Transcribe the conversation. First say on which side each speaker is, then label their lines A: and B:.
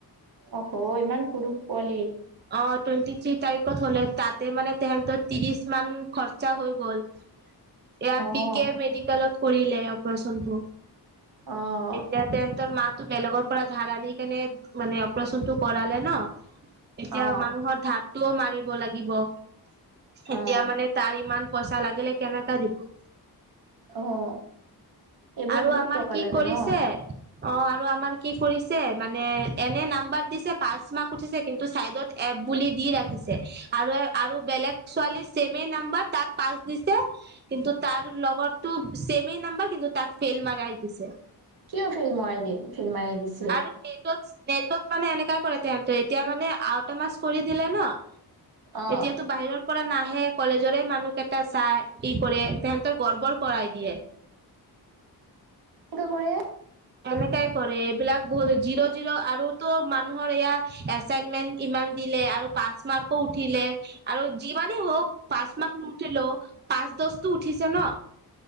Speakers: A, on the right; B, on the right.
A: অ-অহ ইমান সৰু পোৱালী।
B: অঁ', - টুৱেন্টি থ্ৰী তাৰিখত হ'লে তা'তে মানে তেৰ ত্ৰিশ মান- খৰচা হৈ গ'ল, এয়া
A: অ'।
B: বি কে মেডিকেলত কৰিলে- অপাৰে্যনটো।
A: অ'।
B: এতিয়া সিহঁতৰ মাক বেলেগক- পুৰা ধাৰা দি কেনে মানে অপাৰে্যনটো কৰিলে ন। এতিয়া
A: অ'
B: মানুহৰ ধাৰটোও মাৰিব লাগিব। এতিয়া
A: অ'
B: মানে- তাৰ ইমান পইচা লাগিলে কেনেকা দিব।
A: অ' এইবোৰ
B: আৰু
A: বহুত
B: আমাৰ
A: টকা
B: কি
A: লাগে
B: কৰিছে।
A: ন?
B: অঁ', আৰু আমাৰ কি কৰিছে মানে এনেই নাম্বাৰ দিছে পাঁচ মাহক উঠিছে, কিন্তু- চাইডত এপ বুলি দি ৰাখিছে। আৰু-আৰু বেলেগ ছোৱালী চেছেমে নাম্বাৰ তাক পাছ দিছে কিন্তু তাৰ লগত- টোক চেছেমেই নাম্বাৰ কিন্তু তাক ফেইল মাৰাই দিছে।
A: কিয় ফেল মাৰাই দিয়ে, ফেল মাৰাই দিছে?
B: আৰু নেটত, নেটত মানে এনেকা কৰে তে' এতিয়া মানে আউট মাছ কৰি দিলে ন।
A: অ'
B: এতিয়াতো বাহিৰৰ- পৰা নাহে কলেজৰে মানুহ কেইটাই চাই কি কৰে তেহেতৰ গৰ্বৰ কৰাই দিয়ে।
A: এনেকা বোৰে
B: এনেকাই কৰে এইবিলাক বহুত জিৰ' জিৰ' আৰুতো মানুহৰ এয়া এচাইনমেন্ট ইমান দিলে আৰু পাঁচ মাৰ্কো উঠিলে আৰু যিমানেই হওক পাঁচ মাৰ্ক নু উঠিলেও পাঁচ দশতটো উঠিছে ন